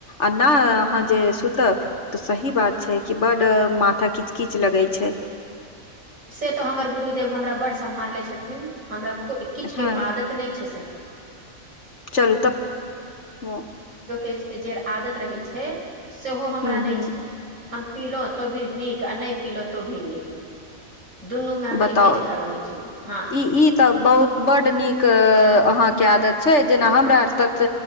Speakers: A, on the left; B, on the right.
A: आ नहि अहाँ जे सुतब तऽ सही बात छै कि बड माथा किच किच लगै छै
B: से तो हमर गुरुदेव हमरा ब् सम्हारले छथिन हमरा किछ
A: हँ
B: के आदत रहै छै
A: चलू तब ह
B: च आदत रहै छै सेहो हमरा
A: ह
B: नहि छै हम पीिलो तो भी नीक आ नहि पीिलो तो भी नीक दुनूमे हम
A: बताउ
B: एके जकाँ रहैत छी हँ
A: ई ई तऽ बहुत बड नीक अहाँके आदत छै जेना हमरा आर तत